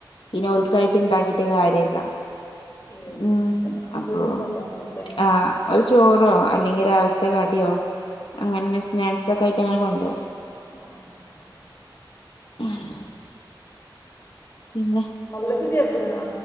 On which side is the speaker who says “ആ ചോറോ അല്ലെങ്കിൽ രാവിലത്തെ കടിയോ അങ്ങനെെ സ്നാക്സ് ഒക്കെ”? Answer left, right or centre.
Left